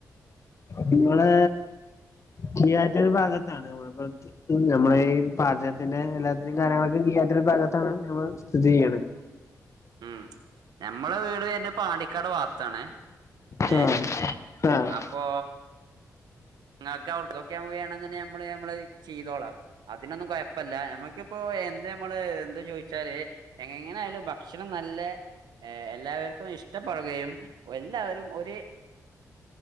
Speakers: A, on the left (about 45°); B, on the right (about 85°).
A: നിങ്ങള് കീയാറ്റൂര് ഭാഗത്താണ് ഇവടെപ്പൊ നമ്മളീ പാചകത്തിൻ്റെ എല്ലാത്തിനിം കാര്യങ്ങളൊക്കെ കീയാ റ്റൂര് ഭാഗത്താണ് നമ്മള് സ്ഥിതി ചെയ്യ്ണെ.
B: ഉം ഞമ്മളെ വീട് വര്ണെ പാണ്ടിക്കാട് ഭാഗത്താണ്
A: ആഹ്
B: ഏ
A: ആഹ്
B: അപ്പൊ ഇങ്ങക്ക് അവ്ട്കൊക്കെ മ്മൾ ചെയ്യണംന്ന്ണ്ടെ നമ്മള് നമ്മള് ചെയ്തോളാം അതിനൊന്നും കൊയ്പ്പല്ല ഞമ്മക്കിപ്പോ എന്താമ്മള് എന്താ ചോയ്ച്ചാല് എങ്ങനായാലും ഭക്ഷണം നല്ല എല്ലാവർക്കും ഇഷ്ട പറകുകയും എല്ലാവരും <unintelligible>